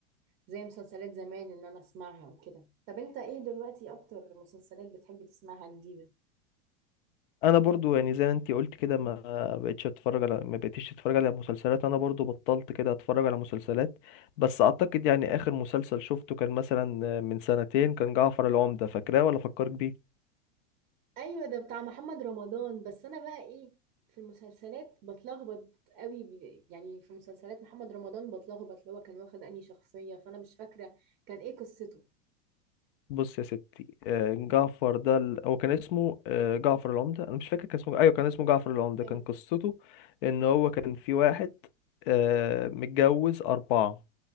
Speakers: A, on the right; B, on the left.
A: زي مسلسلات زمان ان انا اسمعها وكده طب انت ايه دلوقتي اكتر مسلسلات بتحب تسمعها جديدة
B: انا برضو يعني زي ما انتي قلت كده ما بقتش اتفرج على ما بقتش اتفرج على مسلسلات انا برضو بطلت كده اتفرج على مسلسلات بس اعتقد يعني اخر مسلسل شفته كان مثلا من سنتين كان جعفر العمدة فاكراه ولا فكرك بيه
A: ايوه ده بتاع محمد رمضان بس انا بقى ايه في المسلسلات بتلخبط قوي ب- يعني في مسلسلات محمد رمضان بتلخبط اللي هو كان واخد انهي شخصية فانا مش فاكرة كان ايه قصته
B: بص يا ستي آه، جعفر ده ال- هو كان اسمه آه، جعفر العمدة انا مش فاكر كان اسمه ايوه كان اسمه جعفر العمدة
A: ايوه
B: كان قصته ان هو كان في واحد آه، متجوز اربعة